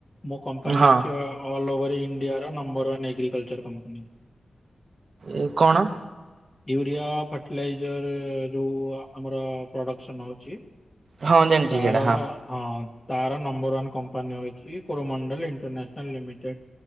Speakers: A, on the left (about 20°); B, on the right (about 60°).
A: ମୋ କମ୍ପାନୀ
B: ହଁ
A: ହଉଚି ଅଲ ଓଭର ଇଣ୍ଡିଆର ନମ୍ବର ୱାନ୍ ଏଗ୍ରିକଲଚର କମ୍ପାନୀ।
B: ଏ କଣ?
A: ୟୁରିଆ ଫର୍ଟିଲାଇଜର ଯୋଉ ଆମର ପ୍ରଡକ୍ସନ ହଉଚି।
B: ହଁ ଜାଣିଛି
A: ତାର
B: ସେଇଟା ହଁ
A: ହଁ ତାର ନମ୍ବର ୱାନ କମ୍ପାନୀ ଅଛି କୋରମଣ୍ଡଲ ଇଣ୍ଟରନ୍ୟାସନାଲ୍ ଲିମିଟେଡ୍।